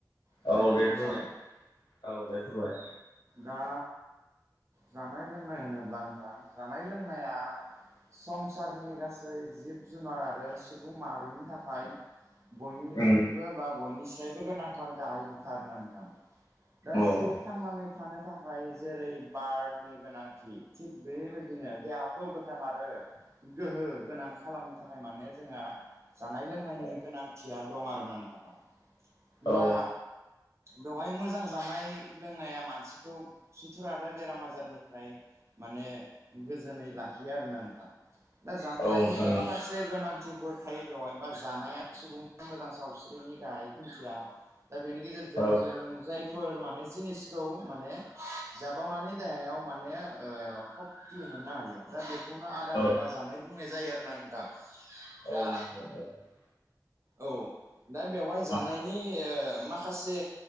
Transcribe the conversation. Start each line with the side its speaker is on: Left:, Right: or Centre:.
Right: जानाय
Left: औ
Right: लोंनायनि
Left: दे फोरमाय
Right: बागै
Left: औ दे फोरमाय
Right: दा जानाय लोंनाय होनोब्ला जानाय लोंनाया संसारनि गासै सै जिब जुनार आरो सुबुं माहारिनि थाखाय बयनिख्रुइ
Left: उम
Right: बो बा बयनिसायबो गोनांथार गाहाय बिथार होनथां दा
Left: औ उम
Right: जिव थांनानै थानो थाखाय जेरै बारनि गोनांथि थिग बेबायदिनो देहाखौ गोथां आरो गोहो गोनां खालामनो थाखाय माने जोंहा जानाय लोंनायनि
Left: औ
Right: गोनांथिया दं आर ना नोंथाङ
Left: औ
Right: दा बेवहाय मोजां जानाय लोंनाया मानस थिखौ सुथुर आरो बेराम आजारनिफ्राय माने गोजोनै लाखियो आरो ना नोंथां दा जानायनि
Left: नोंथां
Right: माखासे से गोनांथिफोर थायो बेवहाय बा जानाया सुबुंनि मोजां सावस्रिनि गाहायै खुन्थिया दा बेनि गेजेरजों
Left: औ
Right: जों जायफोर माने जिनिसखौ माने जाबावनानै देहायाव माने ओ सक्ति मोननो हायो दा बेखौनो आदार
Left: औ नोंथां औ
Right: एबा
Left: औ
Right: जानाय बुंनाय जायो आरो ना नोंथां
Left: औ
Right: दा
Left: औ नोंथां
Right: औ दा बेवहाय जानायनि
Left: औ औ
Right: ओ माखासे